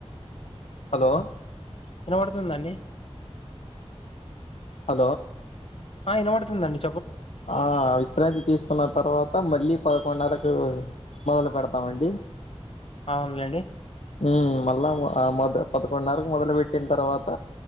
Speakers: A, on the left; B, on the left.
A: హలోయ్
B: వినబడుతుందండి
A: హా
B: ఆ ఇనబడుతుందండి
A: ఆ అ కిరాయి తీసుకున్న తర్వాత మళ్ళీ పదకొండున్నరకు మొదలు పెడతామండి
B: అవున్లేండి
A: ఉమ్ మళ్ళా మొ పదకొండున్నరకు మొదలు పెెట్టిన తర్వాత